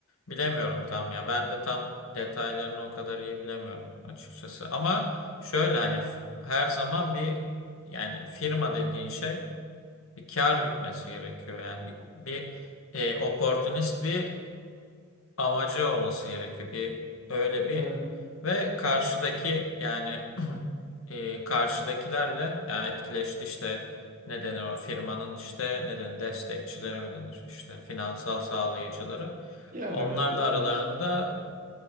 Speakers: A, on the left; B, on the right.
A: bilemiyorum tam ya. Ben de tam detaylarını o kadar iyi bilemiyorum açıkçası. Ama şöyle hani f- her zaman bir yani firma dediğin şey bir kar gütmesi gerekiyor. Yani bir, bir e, opportunist bir amacı olması gerekiyor. Bir öyle bir
B: Evet.
A: ve karşıdaki yani <clears throat> e, karşıdakilerle yani etkileşti işte ne denir o firmanın işte ne denir destekçileri mi denir işte finansal sağlayıcıları.
B: Yani
A: Onlarla
B: evet.
A: aralarında